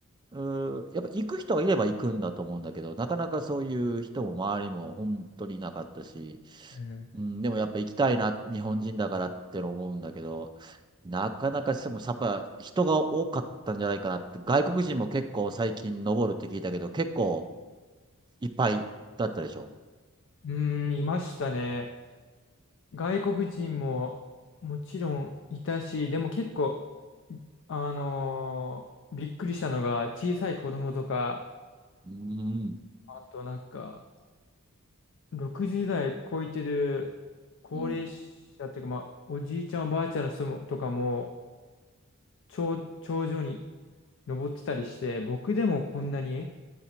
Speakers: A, on the right (about 20°); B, on the left (about 60°).
A: うん、やっぱ行く人がいれば行くんだと思うんだけど、なかなかそういう人も周りも本当になかったし、
B: うん、
A: うんでもやっぱ行きたいな日本人だからって思うんだけど、なかなかしてもやっぱ人が多かったんじゃないかなって外国人も結構最近登るって聞いたけど、結構いっぱいだったでしょ。
B: うーん、いましたね。外国人ももちろんいたし、でも結構、あのーびっくりしたのが小さい子供とか、
A: うん
B: あとなんか、60代超えてる高齢者っていうか、
A: うんうん
B: まあ、おじいちゃん、おばあちゃんの人もとかも、頂、頂上に登ってたりして、僕でもこんなに、